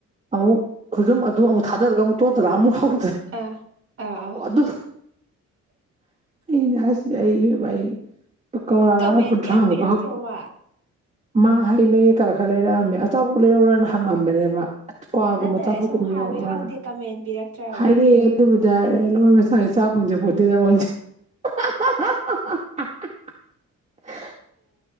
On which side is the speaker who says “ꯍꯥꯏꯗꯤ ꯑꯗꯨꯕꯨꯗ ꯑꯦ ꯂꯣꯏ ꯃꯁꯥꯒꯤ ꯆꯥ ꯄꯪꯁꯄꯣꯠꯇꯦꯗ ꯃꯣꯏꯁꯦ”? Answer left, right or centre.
Right